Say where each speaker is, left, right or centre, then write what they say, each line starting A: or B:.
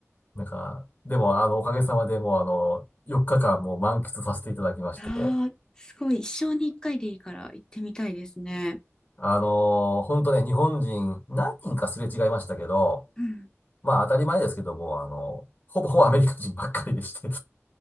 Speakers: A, on the left; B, on the left.
A: なんか、でも、あの、おかげさまでもう、あの、4日間もう満喫させていただきまして、
B: ああ、すごい。一生に一回でいいから行ってみたいですね。
A: あのー本当ね、日本人何人かすれ違いましたけど、
B: うん。
A: まあ当たり前ですけども、あの、ほぼほぼアメリカ人ばっかりでして